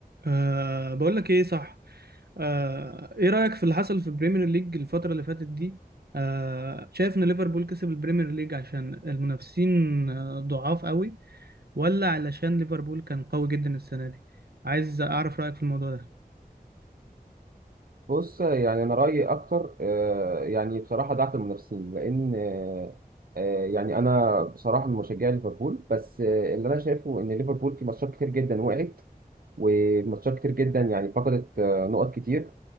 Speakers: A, on the right; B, on the right.
A: أه بقول لك ايه صح أه ايه رأيك في اللي حصل في البريمير ليج الفترة اللي فاتت دي أه شايف ان ليفربول كسب البريمير ليج عشان المنافسين آه، ضعاف قوي ولا علشان ليفربول كان قوي جدا السنة دي عايز اعرف رأيك في الموضوع ده
B: بص يعني انا رايي اكتر آه، يعني بصراحه ضعف المنافسين لان آه، آه، يعني انا بصراحه من مشجع ليفربول بس آه، اللي انا شايفه ان ليفربول في ماتشات كتير جدا وقعت وماتشات كتير جدا يعني فقدت آه، نقط كتير